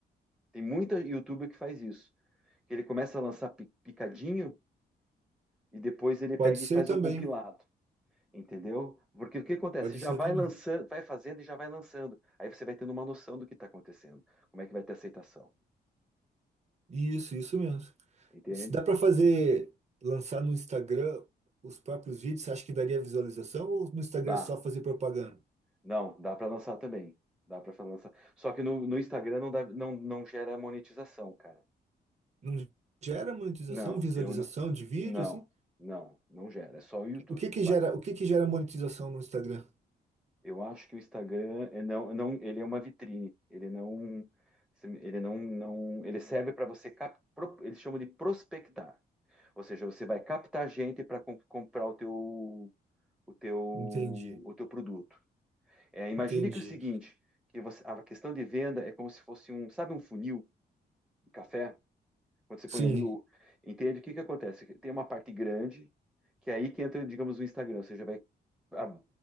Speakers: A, in the centre; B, on the right (about 40°).
A: Tem muita YouTuber que faz isso, que ele começa a lançar pi- picadinho e depois ele
B: Pode
A: pega
B: ser
A: e faz
B: também.
A: um compilado, entendeu? Porque o que acontece?
B: Pode
A: Você já
B: ser
A: vai
B: também.
A: lançando, vai fazendo e já vai lançando. Aí você vai tendo uma noção do que está acontecendo, como é que vai ter aceitação,
B: Isso, isso mesmo.
A: entende?
B: Se dá para fazer, lançar no Instagram os próprios vídeos, você acha que daria visualização? Ou no Instagram
A: Dá.
B: é só fazer propaganda?
A: Não, dá para lançar também. Dá para lançar. Só que no, no Instagram não, dá, não, não gera monetização, cara.
B: Não gera monetização,
A: Não,
B: visualização
A: eu n-
B: de vídeo,
A: não,
B: assim?
A: não, não gera. É só o YouTube
B: O que
A: que
B: que
A: paga.
B: gera, o que que gera monetização no Instagram?
A: Eu acho que o Instagram é não, não, ele é uma vitrine. Ele não, ele não, não, ele serve para você cap, pro- eles chamam de prospectar. Ou seja, você vai captar gente para comprar o teu, o teu,
B: Entendi,
A: o teu produto. É, imagine
B: entendi.
A: que o seguinte, que você, a questão de venda é como se fosse um, sabe, um funil. café, quando você
B: Sim,
A: põe ali o. Entende o que que acontece? Tem uma parte grande, que é aí que entra, digamos, o Instagram. Você já vai ah,